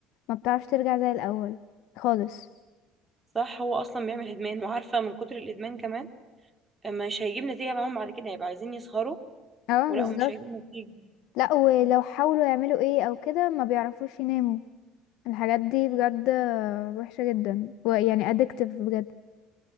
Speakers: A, on the left; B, on the right.
A: بتعرفش ترجع زي الاول خالص
B: صح هو اصلا بيعمل ادمان وعارفة من كتر الادمان كمان مش هيجيب نتيجة معاهم بعد كده هيبقى عايزين يسهروا
A: اه
B: ولا
A: بالظبط
B: ومش هيجيب نتيجة
A: لا ولو حاولوا يعملوا ايه او كده ما بيعرفوش يناموا الحاجات دي بجد وحشة جدا ويعني ادكتيف بجد